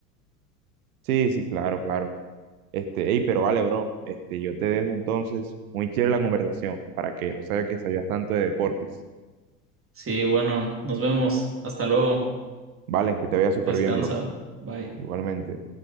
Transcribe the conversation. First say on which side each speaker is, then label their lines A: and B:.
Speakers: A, on the right; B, on the right.
A: Sí, sí, claro, claro. Este, ey, pero vale, bro. Este, yo te dejo entonces muy chévere la conversación para que no sabes que sabías tanto de deportes.
B: Sí, bueno, nos vemos. Hasta luego.
A: Vale, que te vaya súper
B: Descansa.
A: bien, bro.
B: Bye.
A: Igualmente.